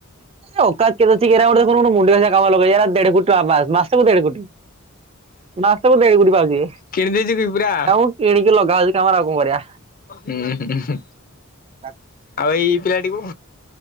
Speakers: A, on the right; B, on the left.
A: କି <unintelligible> ଅଛି କିରା କାମ ଲଗେଇ ଦେଢ କୋଟି ମାସକୁ ଦେଢ କୋଟି। ମାସକୁ ଦେଓ କୋଠି ପାଉଛି
B: କିଣି ଦେଇଛୁ କି ପୁରା?
A: ମୁଁ କିଣିକି ଲଗାହଉଛି କାମରେ ଆଉ କଣ କରିବା।
B: ହୁଁ ହୁଁ ହୁଁ।
A: ତା
B: ଆଉ ଏଇ ପିଲାଟିକୁ